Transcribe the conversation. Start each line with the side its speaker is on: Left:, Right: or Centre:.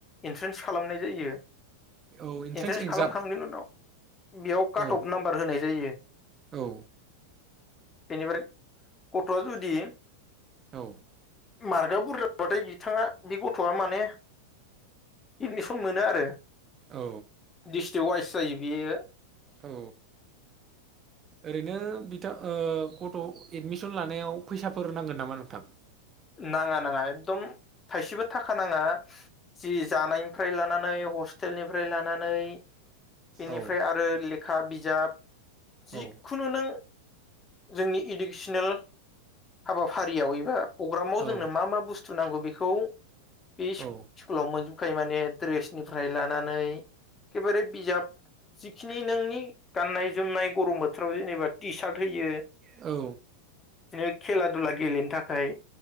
Left: इन्ट्रेन्स खालामनाय जायो।
Right: औ एन्ट्रेन्स
Left: इन्ट्रेन्स
Right: एगजाम
Left: खालामखांनायनि उनाव बेयाव काट
Right: औ
Left: अफ नाम्बार होनाय जायो।
Right: औ
Left: बेनिफ्राय गथ'आ जुदि
Right: औ
Left: मार्कआ बुरजा जाबाथाय बिथाङा बे गथ'आ माने एडमिसन मोनो आरो।
Right: औ
Left: <unintelligible> <unintelligible> जायो बेयो
Right: औ ओरैनो बिथां ओ गथ' एडमिसन लानायाव फैसाफोर नांगोन नामा नोंथां?
Left: नाङा नाङा एकदम थाइसेबो थाखा नाङा जि जानायनिफ्राय लानानै हस्टेलनिफ्राय लानानै। बेनिफ्राय
Right: औ
Left: आरो लेखा बिज <unintelligible> <unintelligible> जिखुनु
Right: औ
Left: नों जोंनि इडुकेसनेल हाबाफारियाव एबा पग्रामाव
Right: औ
Left: जोंनो मा मा बुस्थु नांगौ? बेखौ बे
Right: औ
Left: सकुल आव <unintelligible> माने दड्रेसनिफ्राय लानानै एखेबारे बिजाब जिखिनि नोंनि गाननाय जोमनाय गरम बोथोराव जेनेबा टि सार्ट होयो।
Right: औ
Left: बिदिनो खेला दुला गेलेनो थाखाय